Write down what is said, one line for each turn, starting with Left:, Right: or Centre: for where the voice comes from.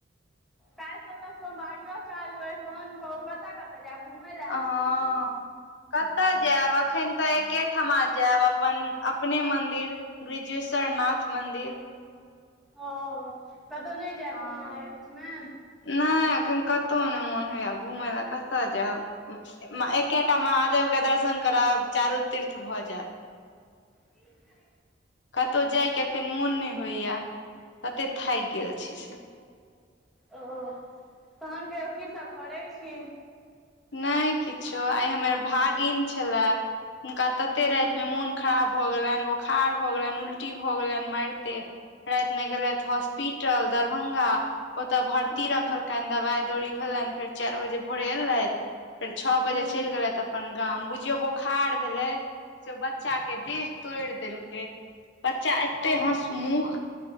Centre: काल्हिसँ सोमवारियो चालू अछि, तहन कहू, कतऽ कतऽ तऽ जायब घुमै ले
Left: आ हां। कतऽ जायब, अखन तऽ एकेठमा जायब, अपन, अपने मन्दिर। ब्रिजेश्वरनाथ मन्दिर
Centre: ओ, कतहु नहि जायब
Left: हँ
Centre: घुमय ले अए बीचमे।
Left: नहि, एखन कतहु नहि मोन होइये घुमय लए, कतय जायब। एकेटा महादेव के दर्शन करब, चारू तीर्थ भऽ जायत।
Centre: ठीक है।
Left: कतहु जायके एखन मोन नहि होइये, तते थाकि गेल छी से।
Centre: ओ, तहन कहियौ की सब करै छी।
Left: नै किछो, आइ हमर भागिन छले हुनका तते
Centre: हूँ
Left: राति में मोन खराब भऽ गेलनि, बोखार भऽ गेलनि, उल्टी भऽ गेलनि, मारिते राति मे गेलथि हॉस्पिटल, दरभंगा ओतऽ भर्ती
Centre: हूँ
Left: रखलकैन, दवाई दौरी भेलनि, फेर चारि बजे भोरे एलथि फेर छओ
Centre: हूँ
Left: बजे चलि गेलैथ अपन गाम, बुझियो बोखार भेलै से बच्चा के देह तोड़ि देलकै, बच्चा एते
Centre: ओ
Left: हंसमुख